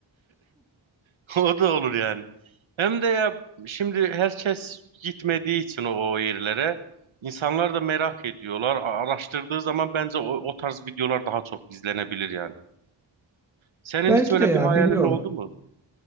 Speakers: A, on the right; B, in the centre.
A: <laughs> o da olur yani. Hem de ya şimdi herkes gitmediği için o, o yerlere insanlar da merak ediyorlar. A- Araştırdığı zaman bence o, o tarz videolar daha çok izlenebilir yani. Senin
B: Belki
A: hiç öyle
B: de yani
A: bir hayalin
B: bilmiyorum
A: oldu mu?